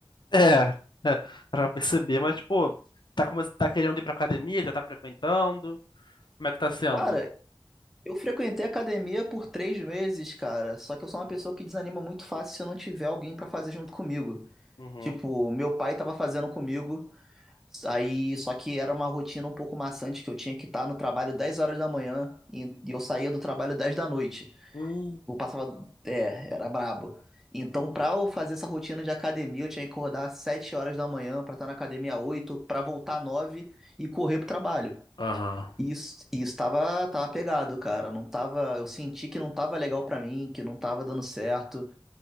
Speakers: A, on the left; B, in the centre.
A: É, é, pra perceber, mas, pô, tá, come... tá querendo ir pra academia, já tá frequentando, como é que tá sendo?
B: cara. Eu frequentei academia por três meses, cara. Só que eu sou uma
A: uhum,
B: pessoa que desanima muito fácil se eu não tiver alguém pra fazer junto comigo.
A: uhum,
B: Tipo, meu pai tava fazendo comigo, aí só que era uma rotina um pouco maçante, que eu tinha que estar no trabalho 10 horas da manhã e, e eu saía do trabalho 10 da noite.
A: uhum.
B: Eu passava, é, era brabo. Então, pra eu fazer essa rotina de academia, eu tinha que acordar às 7 horas da manhã pra estar na academia às 8, pra voltar às 9 e correr pro trabalho.
A: Aham.
B: E isso, e isso tava, tava pegado, cara. Não tava, eu senti que não tava legal pra mim, que não tava dando certo.